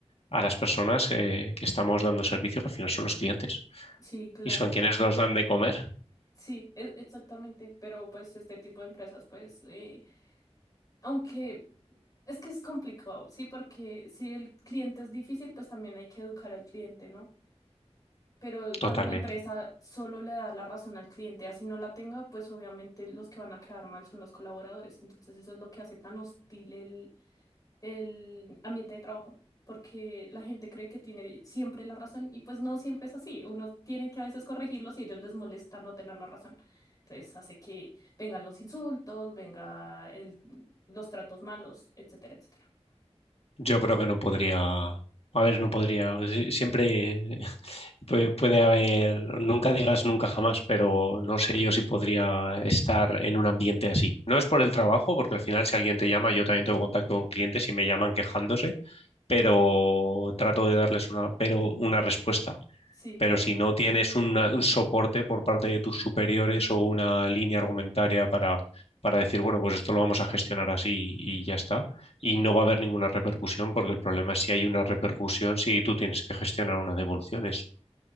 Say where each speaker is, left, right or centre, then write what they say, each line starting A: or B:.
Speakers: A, on the left; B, on the left.
A: a las personas que, que estamos dando servicio, que al final son los clientes,
B: Sí, claro.
A: y son quienes nos dan de comer
B: Sí, e- exactamente. Pero pues este tipo de empresas, pues, eh, aunque Es que es complicado, sí, porque si el cliente es difícil, pues también hay que educar al cliente, ¿no? Pero cuando
A: totalmente.
B: la empresa solo le da la razón al cliente, así no la tenga, pues obviamente los que van a quedar mal son los colaboradores. Entonces eso es lo que hace tan hostil el, el ambiente de trabajo, porque la gente cree que tiene siempre la razón y pues no siempre es así. Uno tiene que a veces corregirlos y a ellos les molesta no tener la razón. Entonces hace que vengan los insultos, venga el- los tratos malos, etcétera, etcétera.
A: Yo creo que no podría. A ver, no podría. si- Siempre <laughs> puede, puede haber. Nunca digas nunca jamás, pero no sé yo si podría estar en un ambiente así. No es por el trabajo, porque al final, si alguien te llama, yo también tengo contacto con clientes y me llaman quejándose, pero trato de darles una, pero una respuesta.
B: Sí,
A: Pero
B: claro,
A: si no tienes una- un soporte por parte de tus superiores o una línea argumentaria para, para decir, bueno, pues esto lo vamos a gestionar así y ya está, y no va a haber ninguna repercusión, porque el problema es si hay una repercusión, si tú tienes que gestionar unas devoluciones.